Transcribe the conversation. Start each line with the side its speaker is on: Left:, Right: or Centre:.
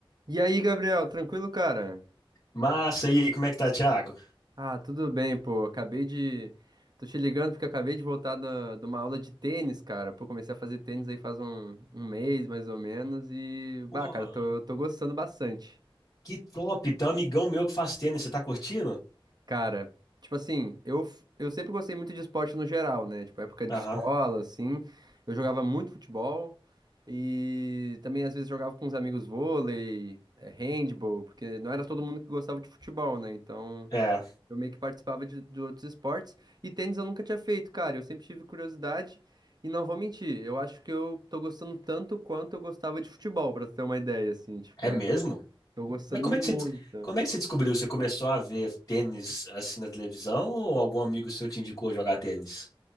Right: E aí, Gabriel, tranquilo, cara?
Left: Massa, e aí, como é que tá, Thiago?
Right: Ah, tudo bem, pô. Acabei de. Tô te ligando porque eu acabei de voltar da, de uma aula de tênis, cara. Pô, comecei a fazer tênis aí faz um, um mês, mais ou menos, e.
Left: Pô,
Right: Bah, cara, tô, tô gostando bastante.
Left: que top! Tem um amigão meu que faz tênis, você tá curtindo?
Right: Cara, tipo assim, eu, f- eu sempre gostei muito de esporte no geral, né? Tipo, época de
Left: Aham.
Right: escola, assim. Eu jogava muito futebol e também às vezes jogava com os amigos vôlei, eh, handball, porque não era todo mundo que gostava de futebol, né? Então.
Left: É,
Right: Eu meio que participava de, de outros esportes. E tênis eu nunca tinha feito, cara. Eu sempre tive curiosidade. E não vou mentir, eu acho que eu tô gostando tanto quanto eu gostava de futebol, pra tu ter uma ideia, assim, tipo,
Left: é mesmo?
Right: tô gostando
Left: Mas como
Right: muito.
Left: é que você, des- como é que você descobriu? Você começou a ver tênis assim na televisão ou algum amigo seu te indicou jogar tênis?